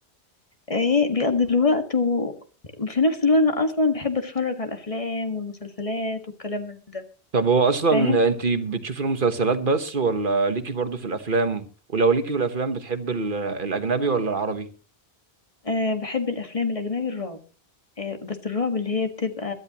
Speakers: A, on the left (about 30°); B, on the right (about 50°).
A: ايه بيقضي الوقت وفي نفس الوقت انا اصلا بحب اتفرج على الافلام والمسلسلات والكلام من ده
B: طب هو اصلا
A: فاهم
B: انت بتشوفي المسلسلات بس ولا ليكي برضو في الافلام ولو ليكي في الافلام بتحب ال- الاجنبي ولا العربي
A: أه بحب الافلام الاجنبي الرعب أه بس الرعب اللي هي بتبقى